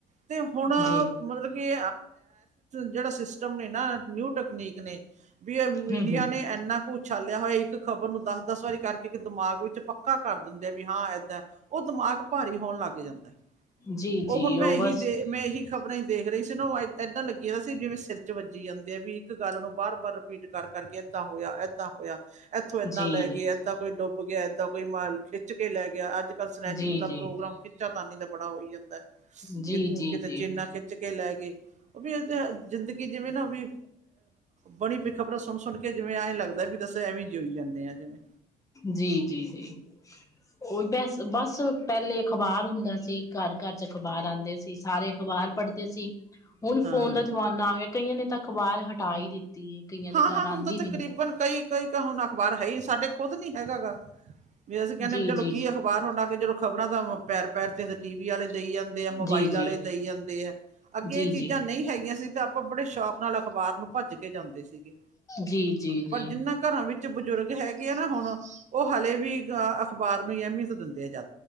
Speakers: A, on the right; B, on the left.
A: ਤੇ ਹੁਣ,
B: ਜੀ
A: ਮਤਲਬ ਕਿ ਜਿਹੜਾ ਸਿਸਟਮ ਨੇ ਨਾ ਨਿਊ ਟ ਤਕਨੀਕ ਨੇ, ਵੀ ਮੀਡੀਆ
B: ਹਮ ਹਮ
A: ਨੇ ਇੰਨਾ ਕੁਛ ਉਛਾਲਿਆ ਹੋਇਆ, ਇੱਕ ਖ਼ਬਰ ਨੂੰ ਦੱਸ-ਦੱਸ ਵਾਰੀ ਕਰਕੇ ਇੱਕ ਦਿਮਾਗ ਵਿੱਚ ਚ ਪੱਕਾ ਕਰ ਦਿੰਦੇ ਆ ਵੀ ਹਾਂ ਏਦਾਂ, ਉਹ ਦਿਮਾਗ ਭਾਰੀ ਹੋਣ ਲੱਗ ਜਾਂਦਾ,
B: ਜੀ
A: ਉਹ
B: ਜੀ
A: ਹੁਣ ਮੈਂ ਇਹੀ
B: ਬਸ
A: ਦੇ, ਮੈਂ ਇਹੀ ਖ਼ਬਰਾਂ ਹੀ ਦੇਖ ਰਹੀ ਸੀ ਨਾ, ਏਦਾਂ ਲੱਗੀਆਂ ਸੀ ਜਿਵੇਂ ਸਿਰ'ਚ ਵੱਜੀ ਜਾਂਦੇ ਆ ਵੀ, ਇੱਕ ਗੱਲ ਨੂੰ ਬਾਰ-ਬਾਰ ਰਿਪੀਟ ਕਰ-ਕਰਕੇ ਏਦਾਂ ਹੋਇਆ, ਏਦਾਂ ਹੋਇਆ, ਇੱਥੋਂ ਏਦਾਂ
B: ਜੀ
A: ਲੈਗੇ,
B: ਜੀ
A: ਏਦਾਂ ਕੋਈ ਡੁੱਬਗਿਆ ਏਦਾਂ ਕੋਈ ਖਿੱਚ ਕੇ ਲੈਗਿਆ, ਅੱਜ- ਕੱਲ ਸਨੈਚਿੰਗ
B: ਜੀ
A: ਦਾ
B: ਜੀ
A: ਪ੍ਰੋਗਰਾਮ ਖਿੱਚਾ ਤਾਂਨੀ ਦਾ ਬੜਾ ਹੋਈ ਜਾਂਦਾ।
B: ਜੀ
A: ਕਿ,
B: ਜੀ
A: ਕਿਤੇ
B: ਜੀ
A: ਚੇਨਾ ਖਿੱਚਕੇ ਲੈ ਗਏ। ਉਹ ਵੀ ਇਹ ਜ਼ਿੰਦਗੀ ਜਿਵੇਂ ਨਾ ਵੀ, ਬਣੀ ਪਈ ਖ਼ਬਰਾਂ ਸੁਣ-ਸੁਣਕੇ ਜਿਵੇਂ ਐਂਈ ਲੱਗਦਾ, ਵੀ ਦੱਸ ਐਵੇਂ ਜੋਈਈ ਜਾਂਨੇ ਆ ਜਿਵੇਂ।
B: ਜੀ, ਜੀ, ਜੀ, ਉਹ ਬਸ-ਬਸ। ਪਹਿਲੇ ਅਖਬਾਰ ਹੁੰਦਾ ਸੀ, ਘਰ-ਘਰ'ਚ ਅਖ਼ਬਾਰ ਆਂਦੇ ਸੀ, ਸਾਰੇ ਅਖ਼ਬਾਰ ਪੜ੍ਹਦੇ ਸੀ। ਹੁਣ
A: ਹਾਂ
B: ਫੋਨ ਦਾ ਜ਼ਮਾਨਾ ਆਗਿਆ, ਕਈਆਂ ਨੇ ਤਾ ਅਖਬਾਰ ਹਟਾ ਹੀ ਦਿੱਤੀ। ਕਈਆਂ ਦੇ
A: ਹਾਂ-ਹਾਂ,
B: ਘਰ
A: ਹੁਣ
B: ਆਉਂਦੀ
A: ਤਾਂ
B: ਵੀ
A: ਤਕਰੀਬਨ
B: ਨੀ
A: ਕਈ-ਕਈ ਹੁਣ ਅਖ਼ਬਾਰ ਹੈਹੀ, ਸਾਡੇ ਖੁਦ ਨਹੀਂ ਹੈਗਾ ਗਾ। ਵੀ ਅਸੀਂ ਕਹਿੰਨੇ,
B: ਜੀ
A: ਵੀ ਚਲੋ
B: ਜੀ
A: ਕੀ
B: ਜੀ
A: ਅਖ਼ਬਾਰ ਹੁਣ ਆ ਕੇ ਜਦੋਂ ਖ਼ਬਰਾਂ ਤਾਂ ਪੈਰ-ਪੈਰ ਤੇ ਟੀਵੀ ਵਾਲੇ ਦੇਈ ਜਾਂਦੇ ਆ, ਮੋਬਾਈਲ
B: ਜੀ ਜੀ
A: ਵਾਲੇ ਦਈ ਜਾਂਦੇ ਆ, ਅੱਗੇ
B: ਜੀ
A: ਇਹ ਚੀਜ਼ਾਂ
B: ਜੀ ਜੀ
A: ਨਹੀਂ ਹੈਗੀਆਂ ਸੀ ਤਾਂ ਆਪਾਂ ਬੜੇ ਸ਼ੌਕ ਨਾਲ ਅਖਬਾਰ ਨੂੰ ਭੱਜਕੇ ਜਾਂਦੇ ਸੀਗੇ।
B: ਜੀ ਜੀ
A: ਪਰ,
B: ਜੀ
A: ਜਿੰਨਾਂ ਘਰਾਂ ਵਿੱਚ ਬਜ਼ੁਰਗ ਹੈਗੇ ਆ ਨਾ ਹੁਣ ਉਹ ਹੱਲੇੇ ਵੀ, ਅਖ਼ਬਾਰ ਨੂੰ ਹੀ ਅਹਿਮੀਅਤ ਦਿੰਦੇ ਆ ਜਿਆ